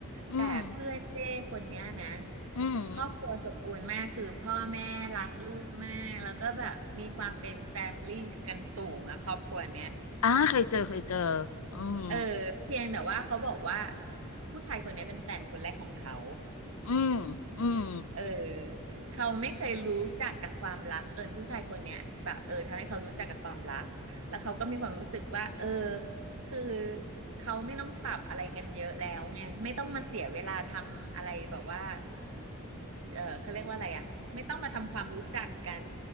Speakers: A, on the left; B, on the right.
A: อืม
B: แต่เพื่อนเจ้คนเนี้ยนะ
A: อืม
B: ครอบครัวสมบูรณ์มากคือพ่อแม่รักลูกมากแล้วก็แบบมีความเป็นแฟมลี่กันสูงอะครอบครัวเนี้ย
A: อ่าเคยเจอเคยเจออืม
B: เออเพียงแต่ว่าเขาบอกว่าผู้ชายคนนี้เป็นแฟนคนแรกของเขา
A: อืมอืม
B: เออเขาไม่เคยรู้จักกับความรักจนผู้ชายคนเนี้ยแบบเออทำให้เขารู้จักกับความรักแล้วเขาก็มีความรู้สึกว่าเออคือเขาไม่ต้องปรับอะไรกันเยอะแล้วไงไม่ต้องมาเสียเวลาทำอะไรแบบว่าเออเขาเรียกว่าอะไรอ่ะไม่ต้องมาทำความรู้จักกัน